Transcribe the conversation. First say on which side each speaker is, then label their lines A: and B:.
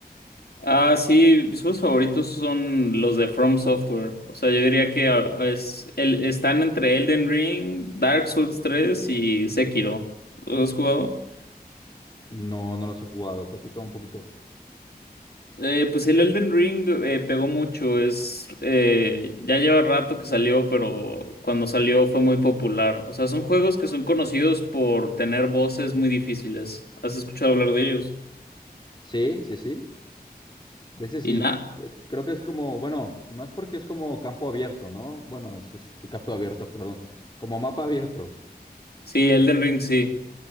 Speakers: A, on the left; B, on the left.
A: Ah, sí, mis juegos favoritos son los de From Software. O sea, yo diría que ah, es, el, están entre Elden Ring, Dark Souls 3 y Sekiro. ¿Los has jugado?
B: No, no los he jugado, platica un poquito.
A: Eh, pues el Elden Ring eh, pegó mucho. Es, eh, ya lleva rato que salió, pero cuando salió fue muy popular. O sea, son juegos que son conocidos por tener voces muy difíciles. ¿Has escuchado hablar de ellos?
B: Sí, sí, sí. De ese sí,
A: Y nada.
B: eh, creo que es como, bueno, y más porque es como campo abierto, ¿no? Bueno, es, es- campo abierto, perdón, como mapa abierto.
A: Sí, Elden Ring sí.